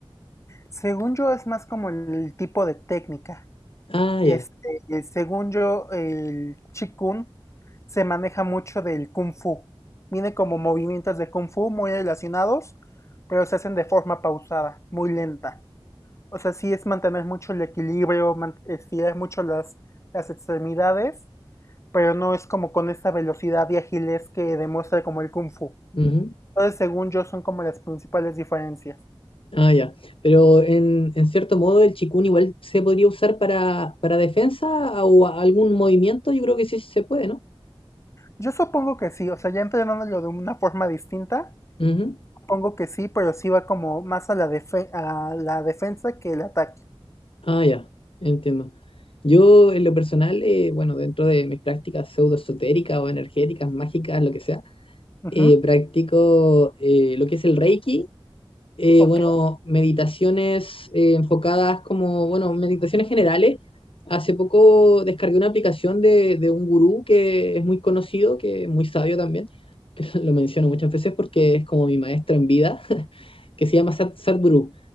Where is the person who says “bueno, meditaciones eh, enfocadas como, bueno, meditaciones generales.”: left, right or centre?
Left